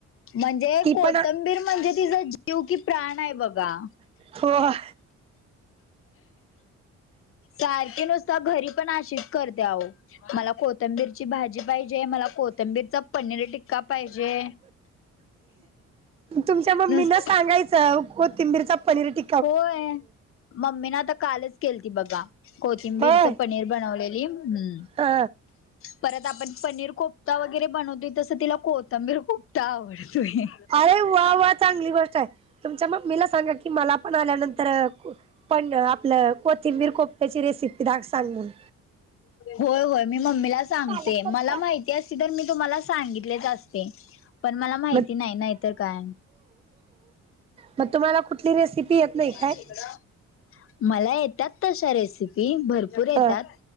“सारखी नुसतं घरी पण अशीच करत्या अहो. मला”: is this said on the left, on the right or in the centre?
Left